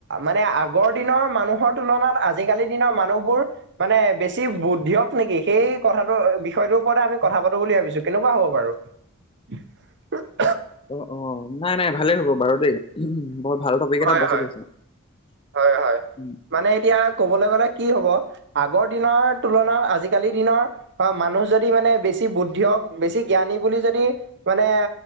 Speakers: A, on the right; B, on the left.
A: মানে আগৰ দিনৰ মানুহৰ তুলনাত, আজিকালি দিনৰ মানুহবোৰ মানে বেছি বুদ্ধিয়ক নেকি? সেই কথাটো বিষয়টোৰ ওপৰতে আমি কথা পাতো বুলি ভাবিছো। কেনেকুৱা হ'ব বাৰু? <unintelligible>
B: অ, অ নাই নাই ভালেই হ'ব বাৰু দেই। বৰ ভাল টপিক
A: হয়
B: এটা বাচি
A: হয়
B: থৈছা।
A: হয় হয়
B: উম!
A: মানে এতিয়া ক'বলৈ গলে কি হব আগৰ দিনৰ তুলনাত, আজিকালি দিনৰ বা মানুহ যদি মানে বেছি বুদ্ধিয়ক, বেছি জ্ঞানী বুলি যদি মানে